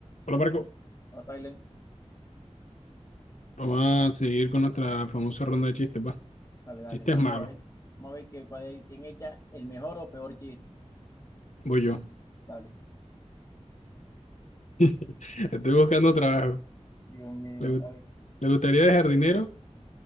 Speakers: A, on the left; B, on the left.
A: Hola Marco,
B: O Silent.
A: vamos a seguir con nuestra famosa ronda de chistes, va.
B: Dale, dale,
A: Chistes
B: vamos
A: malos,
B: a ver. Vamos a ver que, cuál es- quién echa el mejor o peor chiste.
A: voy yo.
B: Dale.
A: <laughs> Estoy buscando trabajo.
B: Dios mío,
A: ¿Le, gu-
B: a ver.
A: le gustaría dejar dinero?